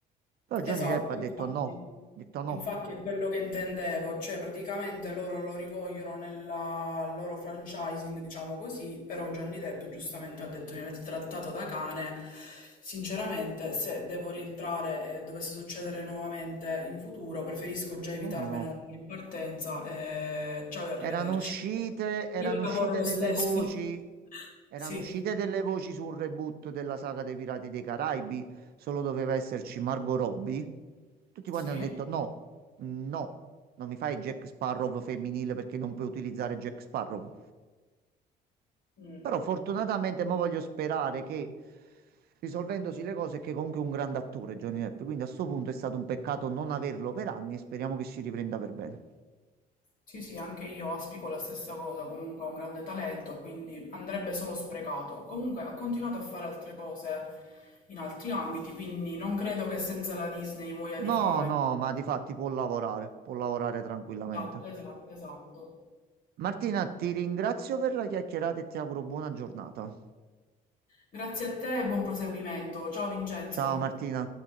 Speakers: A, on the right (about 65°); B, on the left (about 55°).
A: Però Johnny
B: Esatto,
A: Depp ha detto
B: infatti,
A: no, ha detto no,
B: infatti è quello che intendevo, cioè praticamente loro lo rivogliono nella al loro franchising, diciamo così, però Johnny Depp giustamente ha detto mi avete trattato da cane, sinceramente se devo rientrare e dovesse succedere nuovamente in futuro preferisco già evitarmelo
A: no, no, no.
B: in partenza e ciao e arrivederci.
A: Erano uscite, erano
B: Io lavoro
A: uscite
B: lo
A: delle
B: stesso.
A: voci,
B: <laughs>
A: erano
B: Sì.
A: uscite delle voci su un reboot della saga dei Pirati dei Caraibi, solo doveva esserci Margot Robbie. Tutti quanti
B: Sì?
A: hanno detto no, no, non mi fai Jack Sparrow femminile perché non puoi utilizzare Jack Sparrow.
B: Mm.
A: Però fortunatamente mo voglio sperare che risolvendosi le cose, che comunque è un grande attore Johnny Depp, quindi a sto punto è stato un peccato non averlo per anni e speriamo che si riprenda per bene.
B: Sì, sì, anche io aspico la stessa cosa, comunque ha un grande talento, quindi andrebbe solo sprecato. Comunque ha continuato a fare altre cose in altri ambiti, quindi non credo che senza la Disney muoia di
A: No,
B: fame.
A: no,
B: <laughs>
A: ma di fatti può lavorare, può lavorare tranquillamente.
B: Esatto, esatto, esatto.
A: Martina, ti ringrazio per la chiacchierata e ti auguro buona giornata.
B: Grazie a te e buon proseguimento. Ciao Vincenzo.
A: Ciao Martina.